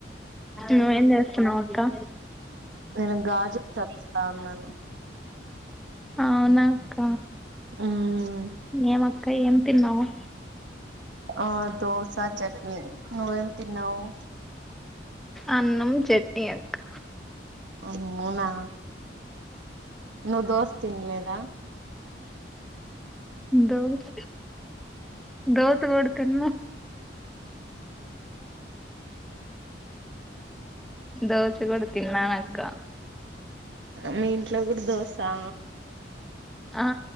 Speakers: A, in the centre; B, on the right.
A: నువ్వేం చేస్తున్నావు అక్కా.
B: నేను గాజులు చదువుతా ఉన్నాను
A: అవునా అక్క.
B: మ్మ్
A: ఏం అక్క? ఏం తిన్నావు?
B: ఆ దోసా చట్నీ. నువ్వెం తిన్నావు?
A: అన్నం చెెట్నీ అక్క.
B: అవునా నువ్వు దోస తినలేదా.
A: దోస దోస కూడ తిన్నా. దోస కూడ తిన్నాను అక్క.
B: మీ ఇంట్లో కూడా దోసా?
A: ఆ